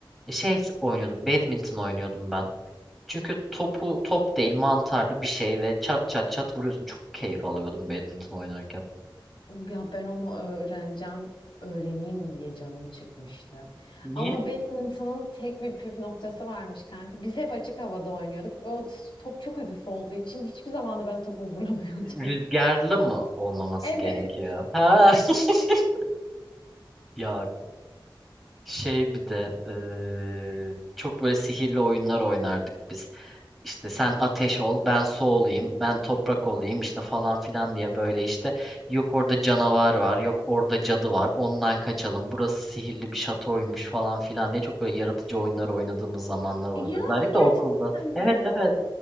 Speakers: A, in the centre; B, on the left.
A: E, Şey oynuyordum, badminton oynuyordum ben. Çünkü topu top değil mantarlı bir şey ve çat çat çat vuruyorsun. Çok keyif alıyordum badminton oynarken.
B: Ya ben onu öğreneceğim, öğreneyim diye canım çıkmıştı.
A: Niye?
B: Ama badminton'ın tek bir püf noktası varmış kanka. Biz hep açık havada oynuyorduk ve o top çok hafif olduğu için hiçbir zaman da ben topu vuramıyordum.
A: Rüzgarlı mı olmaması
B: <laughs> Evet.
A: gerekiyor? Ha. <laughs> Ya şey bir de eee, çok böyle sihirli oyunlar oynardık biz. İşte sen ateş ol, ben su olayım, ben toprak olayım işte falan filan diye böyle işte yok orada canavar var, yok orada cadı var, ondan kaçalım, burası sihirli bir şatoymuş falan filan diye çok böyle yaratıcı oyunları oynadığımız zamanlar oluyordu.
B: Ya
A: Özellikle
B: gerçekten
A: okulda. Evet
B: mi?
A: evet